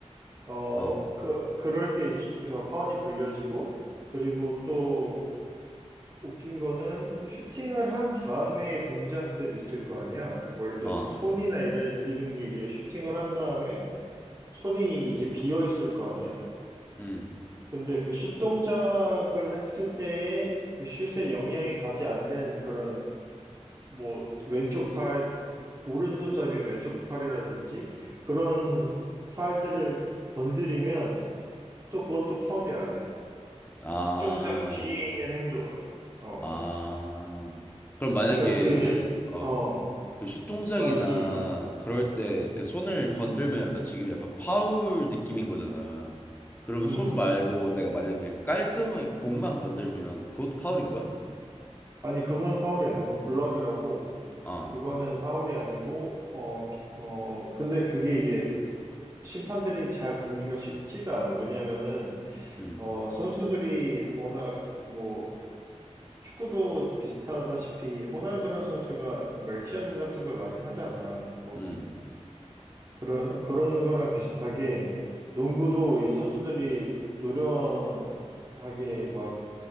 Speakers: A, on the right; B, on the left.
A: 어,
B: 어,
A: 그, 그럴 때 이제 슈- 어, 파울이 불려지고, 그리고 또 웃긴 거는 슈팅을 한 다음에 동작들이 있을 거 아니야. 뭐 예를 들어서
B: 어,
A: 손이나 이런, 이런 게 이제 슈팅을 한 다음에 손이 이제 비어 있을 거 아니야.
B: 음,
A: 근데 그 슛 동작을 했을 때에 그 슛에 영향이 가지 않는 그런 뭐 왼쪽 팔, 오른손잡이면 왼쪽 팔이라든지 그런 팔들을 건드리면 또 그건 또 파울이 아니야.
B: 아,
A: 동작 뒤에 있는 행동을. 어.
B: 아. 그럼 만약에,
A: 약간 그, 일-
B: 어,
A: 어,
B: 그 슛 동작이나
A: 막 얘기해봐.
B: 그럴
A: 음,
B: 때 이렇게 손을 건들면 약간 지금 약간 파울 느낌인 거잖아. 그러면
A: 음.
B: 손 말고 내가 만약에 깔끔하게 공만 건들면 그것도 파울인 거야?
A: 아니, 그건 파울이 아니야. 그건 블럭이라고.
B: 아,
A: 그거는 파울이 아니고, 어, 기- 어, 근데 그게 이제 심판들이 잘 보기가 쉽지가 않아. 왜냐면은,
B: 음,
A: 어, 선수들이 워낙 뭐 축구도 비슷하다시피 호날두란 선수가 뭐 액션 같은 걸 많이 하잖아. 뭐
B: 음,
A: 그런 그런 거랑 비슷하게 농구도 이 선수들이 노련하게 막